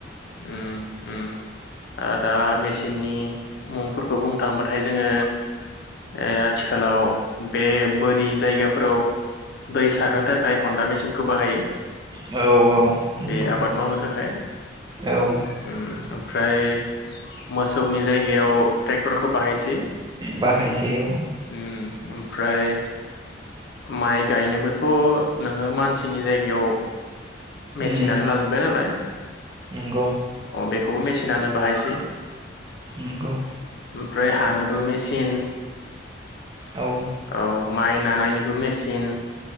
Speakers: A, on the left; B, on the right.
A: उम, उम दा मेसिननि मुंफोरखौ बुं थांबाथाय जोङो ओ आथिखालाव बे बोरि जायगाफोराव दै सारनो थाखाय हनदा मेसिनखो बाहायो
B: औ औ नंगौ
A: बे आबाद मावनो थाखाय।
B: औ
A: उम ओमफ्राय मोसौनि जायगायाव टेक्टरखौ बाहायसै
B: बाहायसै औ
A: उम ओमफ्राय माइ गायनोबोथ नोङो मानसिनि जायगायाव मेसिनानो
B: उम
A: लाजोबबाय नालाय
B: नंगौ
A: अ बेखौ मेचिनानो बाहायसै।
B: नंगौ
A: ओमफ्राय हानोबो मेचिन
B: औ
A: औ माइ नानायनिबो मेचिन